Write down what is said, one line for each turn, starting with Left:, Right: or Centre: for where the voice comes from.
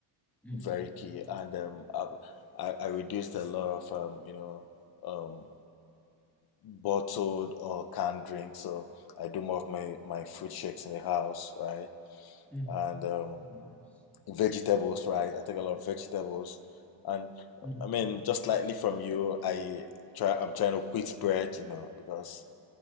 Centre: Mm,
Left: very key, and um, I've, I I reduced a lot of um, you know um, bottled or canned drinks. So I do more of my my fruit shakes in the house, right?
Centre: mm,
Left: And um,
Centre: nice.
Left: vegetables, right? I take a lot of vegetables, and
Centre: Mm.
Left: I mean, just slightly from you, I try. I'm trying to quit bread, you know, because.